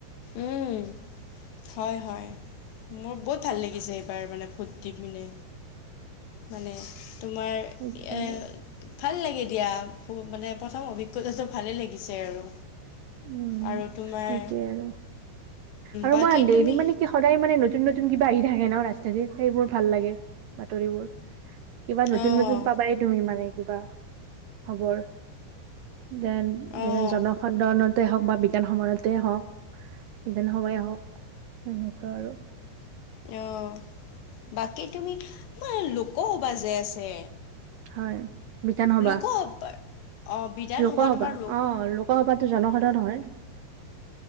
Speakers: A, on the left (about 80°); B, on the right (about 75°).
A: উম, হয়, হয়, মোৰ বহুত ভাল লাগিছে এইবাৰ মানে। ভোট দি পিনে, মানে তোমাৰ
B: সেইটোৱে
A: এ
B: আৰু
A: ভাল লাগে দিয়া, মানে প্ৰথম অভিজ্ঞতাটো ভালেই লাগিছে আৰু।
B: উম,
A: আৰু তোমাৰ
B: সেইটোয়ে আৰু। আৰু
A: বাকী
B: মই <unintelligible>
A: তুমি
B: মানে সদায় মানে, নতুন, নতুন কিবা আহি থাকে ন ৰাজনীতিত সেইবোৰ ভাল লাগে। বাতৰিবোৰ, কিবা নতুন,
A: অঁ
B: নতুন পাবাই তুমি মানে কিবা। খবৰ, দেন
A: অঁ
B: যেনে জনসাধাৰণত তে হওক বা <unintelligible> হওক বিধান সভাই হওক তেনেকুৱা আৰু।
A: অ', বাকী তুমি, আমাৰ লোকসভা যে আছে
B: হয়। বিধান সভা
A: লোক সভাৰ অঁ বিধানসভা
B: লোকসভা,
A: তোমাৰ
B: অ', লোকসভাতো জনসাধাৰণৰ হয়।